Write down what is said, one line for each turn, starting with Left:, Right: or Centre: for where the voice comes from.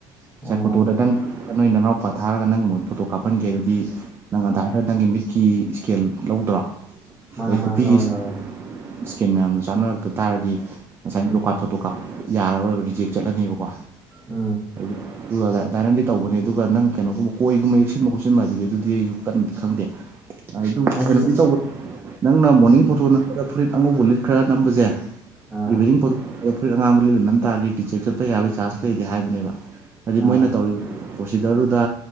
Right: ꯉꯁꯥꯏ
Centre: ꯑꯣ
Right: ꯐꯣꯇꯣꯗ ꯅꯪ ꯅꯣꯏ ꯅꯅꯥꯎꯄꯥ ꯊꯥꯔꯒ ꯅꯪꯒꯤ ꯃꯍꯨꯠ ꯐꯣꯇꯣ ꯀꯥꯞꯍꯟꯒꯦ ꯑꯗꯨꯗꯤ ꯅꯪ ꯑꯙꯥꯔꯗ ꯅꯪꯒꯤ ꯃꯤꯠꯀꯤ ꯏꯁꯀꯦꯜ ꯂꯧꯗ꯭ꯔꯣ
Centre: ꯃꯥ
Right: ꯑꯗꯩ
Centre: ꯃꯥ
Right: ꯀꯣꯄꯤꯒꯤ
Centre: ꯂꯧꯔꯦ ꯂꯧꯔꯦ
Right: ꯏꯁꯀꯦꯟ ꯃꯌꯥꯝꯗꯣ ꯆꯥꯅꯔꯛꯇ ꯇꯥꯔꯗꯤ ꯉꯁꯥꯏꯅ
Centre: ꯎꯝ
Right: ꯐ꯭ꯂꯣꯀꯥꯔꯠ ꯐꯣꯇꯣ ꯀꯥꯞ ꯌꯥꯔꯔꯣꯏꯕ ꯔꯤꯖꯦꯛ ꯆꯠꯂꯅꯤꯕꯀꯣ
Centre: ꯎ
Right: ꯑꯗꯨ ꯑꯗꯨꯒ ꯗꯥꯏꯔꯟꯗꯤ ꯇꯧꯕꯅꯤ ꯑꯗꯨꯒ ꯅꯪ ꯀꯩꯅꯣꯒꯨꯝꯕ ꯀꯣꯏꯒꯨꯝꯕ ꯌꯦꯛꯁꯤꯟꯕ ꯈꯣꯠꯆꯟꯕ ꯑꯗꯨꯗꯤ ꯑꯗꯨꯗꯤ ꯑꯩꯁꯨ ꯀꯟꯅꯗꯤ ꯈꯪꯗꯦ ꯑꯗꯨ
Centre: ꯍꯥꯏꯗꯤ
Right: ꯀꯩꯅꯣꯗꯤ ꯇꯧꯕꯗ ꯅꯪꯅ
Centre: ꯎꯝ
Right: ꯃꯣꯔꯅꯤꯡ ꯐꯣꯇꯣ ꯅꯝꯒ ꯐꯨꯔꯤꯠ ꯑꯉꯧꯕ ꯂꯤꯠ ꯈ꯭ꯔꯒ ꯅꯝꯕꯁꯦ
Centre: ꯑꯥ
Right: ꯏꯚꯤꯅꯤꯡꯣ ꯐ ꯑꯉꯥꯡꯕ ꯂꯤꯅ ꯅꯝ ꯇꯥꯔꯒꯗꯤ ꯇꯤꯆꯦꯛ ꯆꯠꯄ ꯌꯥꯕꯒꯤ ꯆꯥꯟꯁ ꯂꯩꯇꯦ ꯍꯥꯏꯕꯅꯦꯕ ꯍꯥꯏꯗꯤ ꯃꯣꯏꯅ
Centre: ꯑꯥ
Right: ꯇꯧꯔꯤꯕ ꯄ꯭ꯔꯣꯁꯤꯗꯔꯗꯨꯗ